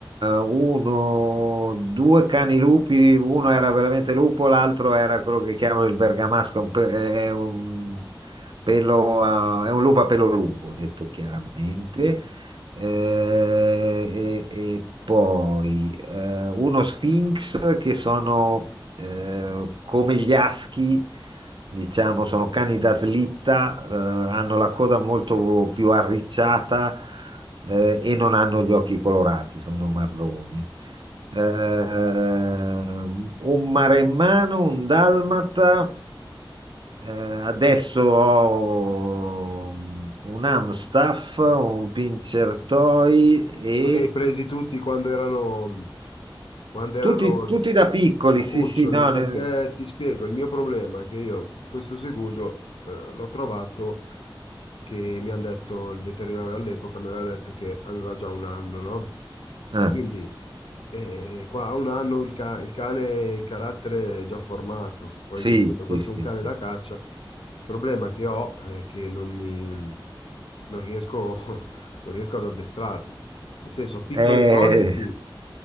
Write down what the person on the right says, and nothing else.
uno, due cani lupi, uno era veramente lupo, l'altro era quello che chiamano il bergamasco, un pe- è un, pelo, a- è un lupo a pelo lungo, detto chiaramente.
Eh, e, e poi eh, uno Sphinx che sono eh, come gli aschi diciamo, sono cani da slitta, eh, hanno la coda molto più arricciata, eh, e non hanno gli occhi colorati, sono marroni. Eh, un maremmano, un dalmata, eh, adesso ho un Amstaff, un Pincher Toy e
tutti, tutti da piccoli,
sì,
sì, no,
ne-
eh,
sì,
sì, sì,
sì.
Eh,